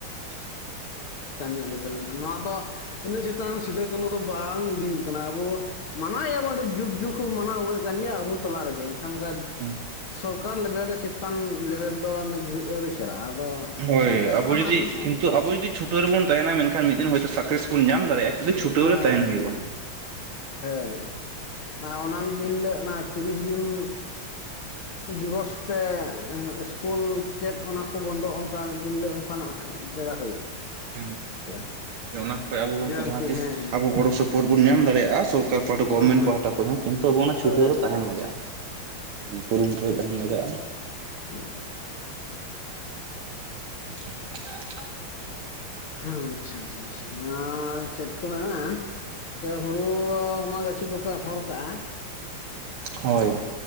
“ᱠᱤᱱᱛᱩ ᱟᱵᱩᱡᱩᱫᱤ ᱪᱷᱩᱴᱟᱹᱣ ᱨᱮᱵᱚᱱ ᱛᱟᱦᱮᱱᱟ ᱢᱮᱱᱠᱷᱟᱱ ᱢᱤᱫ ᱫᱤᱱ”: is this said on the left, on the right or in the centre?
Right